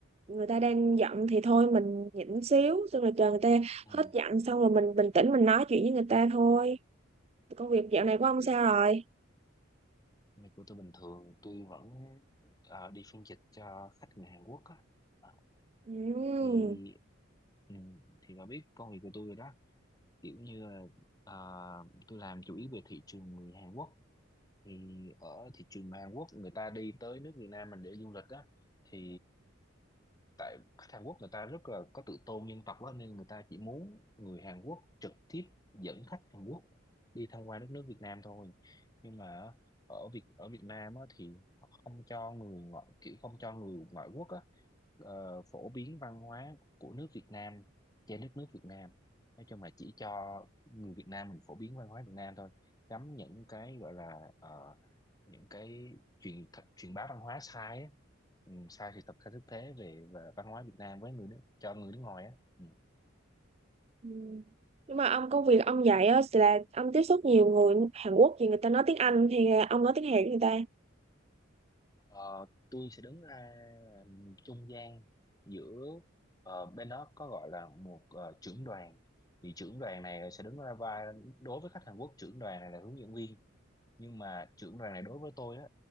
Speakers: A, on the right (about 30°); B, on the left (about 20°).
A: người ta đang giận thì thôi mình nhịn xíu xong rồi chờ người ta
B: Ừ,
A: hết giận xong rồi mình bình tĩnh mình nói chuyện với người ta thôi công việc dạo này của ông
B: kiểu
A: sao rồi
B: này của tôi bình thường tôi vẫn ờ, đi phiên dịch cho khách người Hàn Quốc á. Ờ,
A: Ừm.
B: thì ừ, thì bà biết công việc của tôi rồi đó kiểu như là à, tôi làm chủ yếu về thị trường người Hàn Quốc thì ở thị trường Hàn Quốc người ta đi tới nước Việt Nam mình để du lịch á thì tại khách Hàn Quốc người ta rất là có tự tôn dân tộc á, nên người ta chỉ muốn người Hàn Quốc trực tiếp dẫn khách Hàn Quốc đi tham quan đất nước Việt Nam thôi nhưng mà ở Việt ở Việt Nam á, thì họ không cho người ngoại kiểu không cho người ngoại quốc á, ờ, phổ biến văn hóa của nước Việt Nam trên đất nước Việt Nam nói chung là chỉ cho người Việt Nam mình phổ biến văn hóa Việt Nam thôi chấm những cái gọi là ờ, những cái truyền th- truyền bá văn hóa sai á. ừ, sai sự thật sai thực tế về và văn hóa Việt Nam với người nước cho người nước ngoài á ừ.
A: Ừm. nhưng mà ông công việc ông dạy á là ông tiếp xúc nhiều người Hàn Quốc thì người ta nói tiếng Anh thì ông nói tiếng Hàn với người ta
B: Ờ, tôi sẽ đứng ra làm trung gian giữa ờ, bên đó có gọi là một ờ, trưởng đoàn thì trưởng đoàn này sẽ đứng ra vai đối với khách Hàn Quốc trưởng đoàn này là hướng dẫn viên nhưng mà trưởng đoàn này đối với tôi á